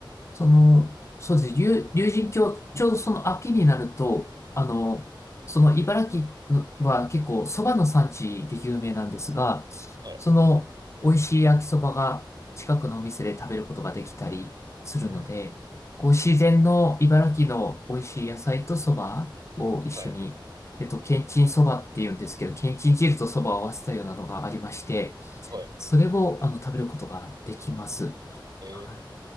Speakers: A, on the left; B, on the right.
A: その、そうですね、竜竜神峡、ちょうどその秋になると、あの、その茨城のは結構蕎麦の産地で有名なんですが、
B: はい。
A: その美味しい焼きそばが近くのお店で食べることができたりするので、
B: うーん。
A: こう自然の茨城の美味しい野菜と蕎麦を一緒に、
B: はい。
A: えっと、けんちん蕎麦って言うんですけど、けんちん汁と蕎麦を合わせたようなのがありまして、
B: はい。
A: それをあの食べることができます。
B: え
A: はい